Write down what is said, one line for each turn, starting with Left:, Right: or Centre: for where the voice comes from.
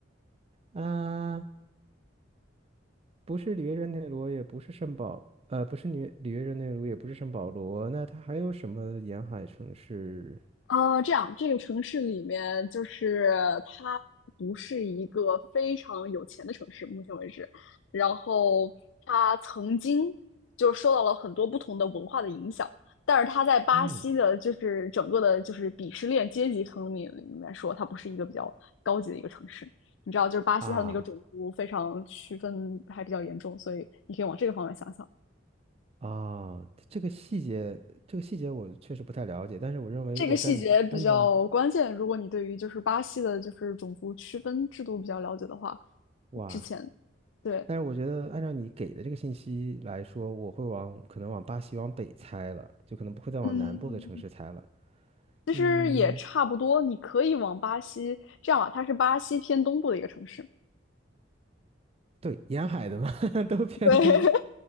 Right: 啊、不是里约热内卢，也不是圣保，呃，不是里约里约热内卢，也不是圣保罗。那它还有什么沿海城市？
Left: 呃，这样这个城市里面就是它不是一个非常有钱的城市，目前为止，然后它曾经就受到了很多不同的文化的影响，但是它在巴西的，
Right: 嗯，
Left: 就是整个的，就是鄙视链阶级层面里面说，它不是一个比较高级的一个城市。你知道，就是巴西它的那个种族非常区分还比较严重，
Right: 啊
Left: 所以你可以往这个方面想想。
Right: 啊，这个细节，这个细节我确实不太了解。但是我认为，
Left: 这个细节比较关键。
Right: 如果按你按照你
Left: 如果你对于就是巴西的，就是种族区分制度比较了解的话，
Right: 哇，
Left: 之前对，
Right: 但是我觉得按照你给的这个信息来说，我会往可能往巴西往北猜了，就可能不会再往南部的城市猜了。
Left: 嗯，其实也差不多。
Right: 嗯。
Left: 你可以往巴西这样吧，它是巴西偏东部的一个城市。
Right: 对，沿海的嘛，<laughs> 都偏东。
Left: 对，